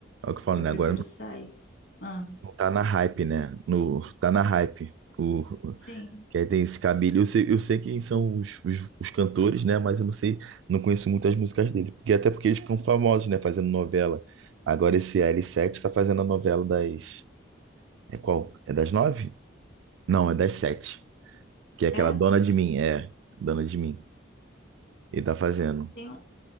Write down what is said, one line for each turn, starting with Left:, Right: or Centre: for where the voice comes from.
Right: É o que eu falo,
Left: Eu
Right: né?
Left: prefiro
Right: Agora
Left: sair. Ah,
Right: não tá na hype, né? No, tá na hype. O, o-
Left: sim.
Right: que aí tem esse cabelo. Eu sei, eu sei quem são os, os, os cantores, né? Mas eu não sei, não conheço muitas músicas dele. Porque, até porque eles ficam famosos, né? Fazendo novela. Agora esse L7 tá fazendo a novela das. É qual? É das nove? Não, é das sete. Que é aquela
Left: É,
Right: dona de mim. É, dona de mim. Ele tá fazendo.
Left: tem,